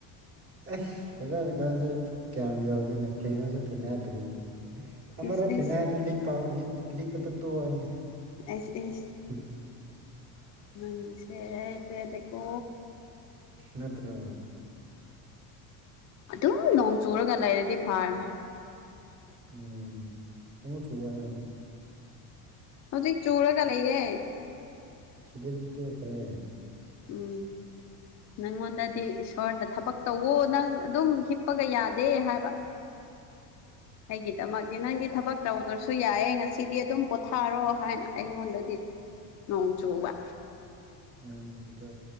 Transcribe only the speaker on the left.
ꯏꯁ ꯏꯁ
ꯑꯦꯁ ꯑꯦꯁ
ꯅꯪꯁꯦ ꯑꯩ ꯄꯦꯜꯂꯦꯀꯣ
ꯑꯗꯨꯝ ꯅꯣꯡ ꯆꯨꯔꯒ ꯂꯩꯔꯗꯤ ꯐꯔꯅꯤ
ꯍꯧꯖꯤꯛ ꯆꯨꯔꯒ ꯂꯩꯌꯦ
ꯎꯝ ꯅꯪꯉꯣꯟꯗꯗꯤ ꯏꯁꯣꯔꯅ ꯊꯕꯛ ꯇꯧꯋꯣ ꯅꯪ ꯑꯗꯨꯝ ꯍꯤꯞ ꯄꯒ ꯌꯥꯗꯦ ꯍꯥꯏꯕ ꯑꯩꯒꯤꯗꯃꯛꯗꯤ ꯅꯪꯗꯤ ꯊꯕꯛ ꯇꯧꯗ꯭ꯔꯁꯨ ꯌꯥꯏꯌꯦ ꯉꯁꯤꯗꯤ ꯑꯗꯨꯝ ꯄꯣꯊꯥꯔꯣ ꯍꯥꯏꯅ ꯑꯩꯉꯣꯟꯗꯗꯤ ꯅꯣꯡ ꯆꯨꯕ